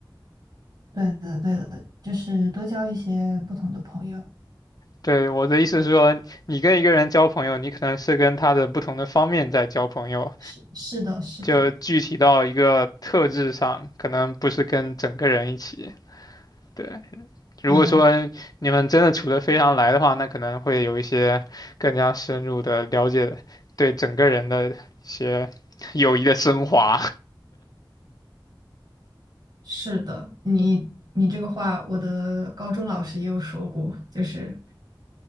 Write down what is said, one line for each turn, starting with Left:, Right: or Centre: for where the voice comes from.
Right: 对的对的，就是多交一些不同的朋友。
Left: 对，我的意思是说，你跟一个人交朋友，你可能是跟他的不同的方面在交朋友。
Right: 是是的，是的，
Left: 就具体到一个特质上，可能不是跟整个人一起。对，如果说你们真的处得非常来的话，
Right: 对，
Left: 那可能会有一些更加深入的了解，对整个人的一些友谊的升华。
Right: 是的。你你这个话，我的高中老师也有说过，就是